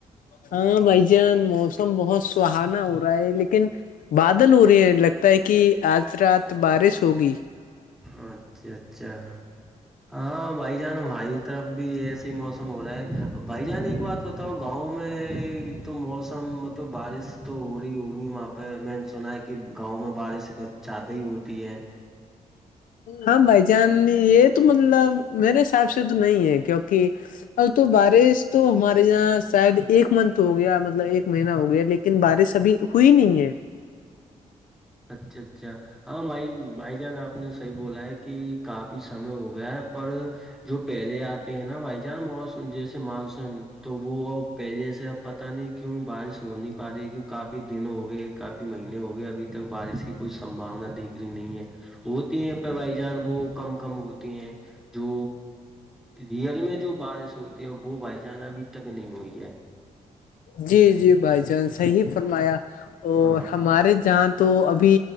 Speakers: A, on the left; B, in the centre.
A: ہاں بھائی جان موسم بہت سہانا ہو رہا ہے لیکن بادل ہو رہی ہیں لگتا ہے کہ آج رات بارش ہوگی-
B: اچھا-اچھا ہاں بھائی جان ہماری طرف بھی ایسے ہی موسم ہو رہا ہے بھائی جان ایک بات بتاؤ گاؤں میں تو موسم مطلب بارش تو ہو رہی ہوگی وہاںہ- پ میں نے سنا ہے کہ گاؤں میں بارش کا زیادہ ہی ہوتی ہے-
A: ہاں بھائی جان یہ تو مطلب میرے حساب سے تو نہیں ہے کیکہ کہ اب تو بارش تو ہمارے یہاں شاید ایک منت تو ہو گیا مطلب ایک مہینہ ہو گیا لیکن بارش ابھی ہوئی نہیں ہے
B: اچھا اچھا ہاں بھائی بھائی جان آپ نے صحیح بولا ہے کہ کافی سمے ہو گیا ہے پر جو پہلے آتے ہیں نا بائی چانس موس جیسے مانسون تو وہ ا پہلے سے اب پتا نہیں کیوں بارش ہو نہیں پا رہی ہے کیوں کافی دن ہو گئے مہینے ہو گئے ابھی تک بارش کی کوئی سمباونا دیکھ رہی نہیں ہے ہوتی ہے پ بائی جان وہ کم کم ہوتی ہیں جو ریئل میں جو بارش ہوتی ہے وہ بھائی جان ابھی تک نہیں ہوئی ہے
A: جی جی بھائی جان صحیح فرمایا اور
B: ہاں
A: ہمارے جہاں تو ابھی